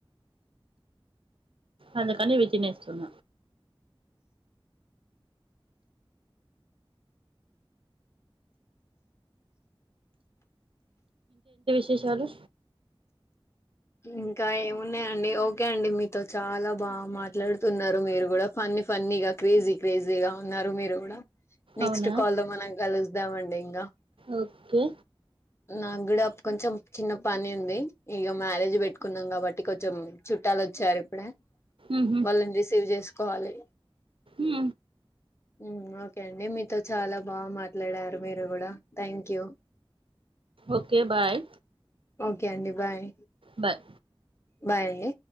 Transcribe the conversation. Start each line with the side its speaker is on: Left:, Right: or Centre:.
Right: అందుకనీ ఇవి తినేస్తున్న చేసేవళ్ళు
Left: ఇంకా ఏమున్నాయండి ఓకే అండి మీతో చాలా బాగా మాట్లాడుతున్నరు మీరు గూడా ఫన్ న్ని ఫన్నీ గా క్రేజీ క్రేజీ గా ఉన్నారు మీరు గూడా నెక్స్ట్
Right: అవునా
Left: కాల్ లొ మనం కలుద్దామండి ఇగ
Right: ఓకే
Left: నాగూడ కొంచెం చిన్న పని ఉంది ఇగమ్యారేజ్ పెట్టుకున్నాం కాబట్టి కొంచెం చుట్ట లొచ్చారు ఇప్పుడే
Right: ఊహూ
Left: వాళ్ళని రిసీవ్ చేసుకోవాలి
Right: ఊ
Left: మ్ ఓకే అండి మీతో చాలా బాగ మాట్లాడారు మీరు గూడా thank you
Right: okay bye
Left: okay అండి బాయ్
Right: బయ్
Left: బాయ్ అండి